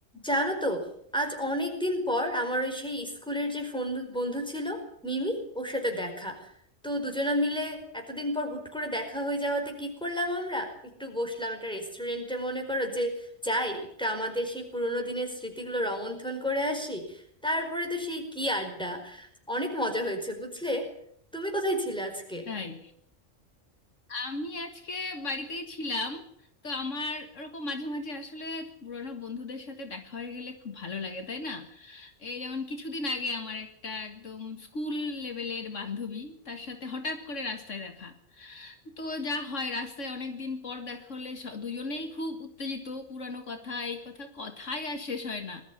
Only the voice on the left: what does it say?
তাই আমি আজকে বাড়িতেই ছিলাম তো আমার ওরকম মাঝে মাঝে আসলে পুরানো বন্ধুদের সাথে দেখা হয়ে গেলে খুব ভালো লাগে তাই না এই যেমন কিছুদিন আগে আমার একটা একদম স্কুল লেভেলের বান্ধবী তার সাথে হঠাৎ করে রাস্তায় দেখা তো যা হয় রাস্তায় অনেক দিন পর দেখা হলে স- দুজনেই খুব উত্তেজিত পুরানো কথা এই কথা কথাই আর শেষ হয় না